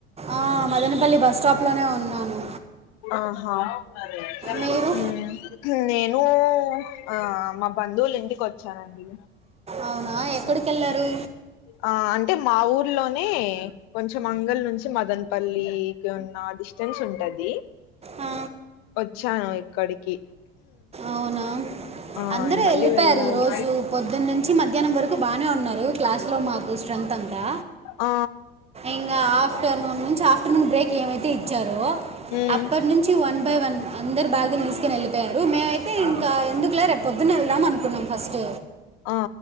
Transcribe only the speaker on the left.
ఆహా హు
నేను ఆ మా బంధువులు ఇంటికి వచ్చానండి
ఆ అంటే మా ఊర్లోనే కొంచెం మంగల్ నుంచి మదన్ పల్లికి ఉన్న డిస్టెన్స్ ఉంటది
వచ్చాను ఇక్కడికి
ఆ
మళ్ళీ
వెళ్ళాలి
ఆ
ఉమ్
ఆ
ఆ